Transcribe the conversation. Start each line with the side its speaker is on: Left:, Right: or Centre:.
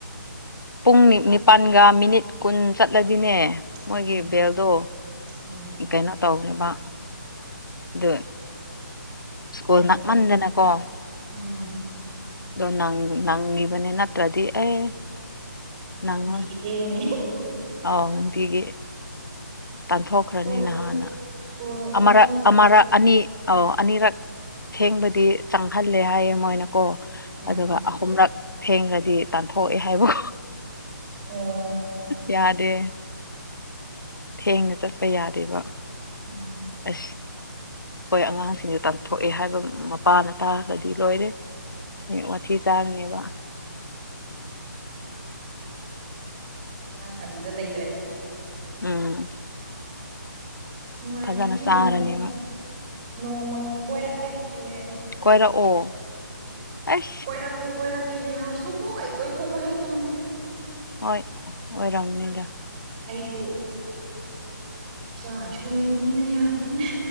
Left: ꯄꯨꯡ ꯅꯤ ꯅꯤꯄꯥꯜꯒ ꯃꯤꯅꯤꯠ ꯀꯨꯟ ꯆꯠꯂꯗꯤꯅꯦ ꯃꯣꯏꯒꯤ
Right: ꯎꯝ
Left: ꯕꯦꯜꯗꯣ
Right: ꯎꯝ
Left: ꯀꯩꯅꯣ ꯇꯧꯅꯦꯕ ꯑꯗꯨ ꯁ꯭ꯀꯨꯜ
Right: ꯇꯅꯤꯛ
Left: ꯅꯥꯛꯃꯟꯗꯅꯀꯣ
Right: ꯎꯝ
Left: ꯑꯣ ꯅꯪ ꯅꯪ ꯒꯤꯕꯅꯤ ꯅꯠꯇ꯭ꯔꯗꯤ ꯑꯦ ꯅꯪꯉꯣꯏ
Right: ꯅꯨꯡꯇꯤꯒꯤ ꯊꯦꯡꯒꯅꯤ
Left: ꯑꯥꯎ ꯅꯨꯇꯒꯤ ꯇꯥꯟꯊꯣꯛꯈ꯭ꯔꯅꯤ
Right: ꯁ꯭ꯀꯨꯜ
Left: ꯅꯍꯥꯟꯅ
Right: ꯁ꯭ꯀꯨꯜ
Left: ꯑꯃꯔꯛ
Right: ꯅꯛꯄꯅꯗꯤ
Left: ꯑꯃꯔꯛ
Right: ꯐꯩ
Left: ꯑꯅꯤ ꯑꯧ ꯑꯅꯤꯔꯛ ꯁꯦꯡꯕꯗꯤ ꯆꯪꯍꯜꯂꯦ ꯍꯥꯏꯌꯦ ꯃꯣꯏꯅꯀꯣ
Right: ꯎꯝ
Left: ꯑꯗꯨꯒ ꯑꯍꯨꯝꯔꯛ ꯊꯦꯡꯈ꯭ꯔꯗꯤ ꯇꯥꯟꯊꯣꯛꯑꯦ ꯍꯥꯏꯕ
Right: ꯑꯣ
Left: ꯌꯥꯗꯦ ꯊꯦꯡꯅ ꯆꯠꯄ ꯌꯥꯗꯦꯕ
Right: ꯎꯝ
Left: ꯑꯁ ꯍꯣꯏ ꯑꯉꯥꯡꯁꯤꯡꯁꯨ ꯇꯥꯟꯊꯣꯛꯑꯦ ꯍꯥꯏꯕ ꯃꯄꯥꯅ ꯇꯥꯈ꯭ꯔꯗꯤ ꯂꯣꯏꯔꯦ ꯑꯦ ꯃꯊꯤ ꯆꯥꯔꯅꯦꯕ
Right: ꯅꯪ ꯑꯗꯨꯗ ꯂꯩꯇ꯭ꯔꯦ
Left: ꯎꯝ
Right: ꯅꯨꯡꯉꯥꯏꯔꯝꯃꯅꯤ
Left: ꯐꯖꯅ ꯆꯥꯔꯅꯦꯕ
Right: ꯅꯣꯡ ꯅꯣꯡꯃ ꯀꯣꯏꯔꯛꯀꯦ ꯍꯌꯦꯡ
Left: ꯀꯣꯏꯔ ꯑꯣ ꯑꯁ
Right: ꯀꯣꯏꯔꯛꯀꯦ ꯀꯣꯏꯔꯛꯀꯦꯗꯤ ꯍꯥꯏ ꯁꯨꯡ ꯀꯣꯏ ꯀꯣꯏꯊꯣꯛꯄ ꯍꯦꯛ ꯂꯪꯗ꯭ꯔꯦ
Left: ꯍꯣꯏ ꯑꯣꯏꯔꯝꯅꯤꯗ
Right: ꯑꯩꯁꯨ ꯏꯆꯥ ꯏꯁꯨ ꯂꯩꯕꯅꯤꯅ ꯌꯥꯗꯦꯅꯦ